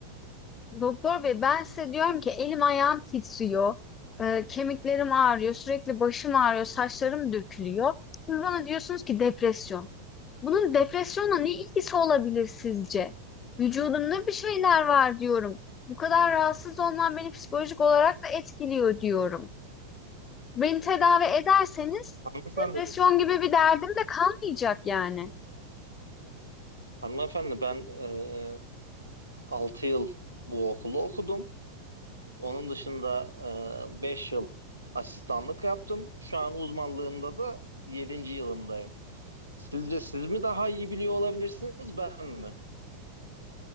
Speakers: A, on the left; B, on the right.
A: Doktor bey, ben size diyorum ki elim ayağım titriyor, e, kemiklerim ağrıyor, sürekli başım ağrıyor, saçlarım dökülüyor. Siz bana diyorsunuz ki depresyon. Bunun depresyonla ne ilgisi olabilir sizce? Vücudumda bir şeyler var diyorum. Bu kadar rahatsız olmam beni psikolojik olarak da etkiliyor diyorum. Beni tedavi ederseniz
B: Hanımefendi,
A: depresyon gibi bir derdim de kalmayacak yani.
B: hanımefendi ben e, 6 yıl bu okulu okudum. Onun dışında e, 5 yıl asistanlık yaptım. Şu an uzmanlığımda da yedinci yılımdayım. Sizce siz mi daha iyi biliyor olabilirsiniz, ben mi?